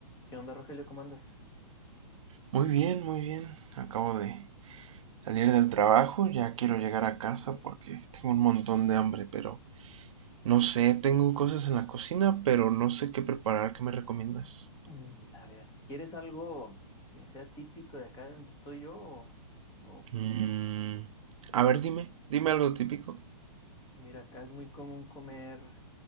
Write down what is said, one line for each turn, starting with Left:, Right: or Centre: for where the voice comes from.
Left: ¿Qué onda, Rogelio? ¿Cómo andas?
Right: Muy bien, muy bien. Acabo de salir del trabajo, ya quiero llegar a casa porque tengo un montón de hambre, pero no sé, tengo cosas en la cocina, pero no sé qué preparar, ¿qué me recomiendas?
Left: Mm, A ver, ¿quieres algo que sea típico de acá donde estoy yo? O, o-
Right: Mm, a ver, dime, dime algo típico.
Left: mira, acá es muy común comer